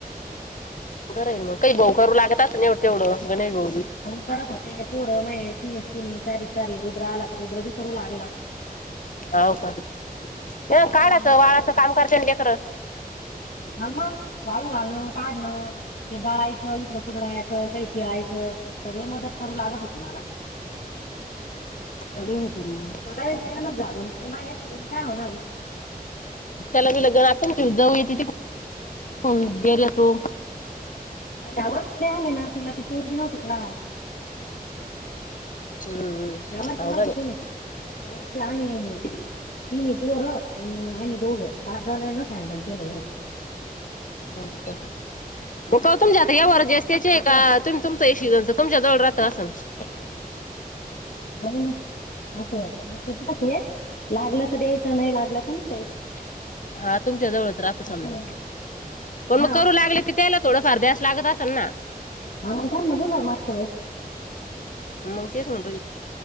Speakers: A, on the left; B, on the left.
A: बरांल
B: त्याच्यात
A: मंग कांहीं
B: कसं आहे
A: भाऊ करूं लागतांत तेवढं गणेश भाऊ
B: करतं होते पोरं म्हंणे तिन तिन चारी चारी रुद्रं आंला तरं रुद्रं बी करूं लागलां
A: होवं कायं काढायचं
B: हा मग
A: वाळाचं
B: पोरं बी
A: कामं करते लेकरं
B: हां मंग वाळूं घालणं काढणं ते ळायचं इकडं कुरडायचं कांहीं फिळायचं सगळे मंदत करूं लागतं होते मलां
A: अगं जमलं होतंन व
B: माझं छायांकन नचं झालं ते मागं एकूंन कायं होणारं आहे
A: त्यांला मी लग्नं नां ते जाऊंया तिथं गेर तो
B: यां वर्ष आले नां तिलां ती पोरंगी नव्हती कां लहांन
A: हम्म
B: यां वर्षी
A: अवघड
B: नव्हतं
A: आहे
B: कोणी यांवर्षी आम्हीं चं तिनं पोहरं आणि आम्हीं दोघं पांच जणांनाच हँडल केलं एवढं
A: बरं गवतमं कांवतूंन जातं यां वरूं जसं त्यांच्या
B: जाऊ दे
A: एकां
B: का
A: ते तुमचं अशी तुमच्या दंड राहांतच असंन
B: महि असंच लागलं तरं द्यायचं नाहीं लागलं तरं नां द्यायचं
A: हां तुमच्यां जवळचं राहतं
B: असं
A: समजां
B: आहे.
A: पणं
B: हा
A: मंग करूं लागले कि त्यांला थोडं फांर द्यायसं लागतं असेल नां
B: आम्हीं त्यांना दिलं मगसं वेळे
A: मंग तेच म्हंण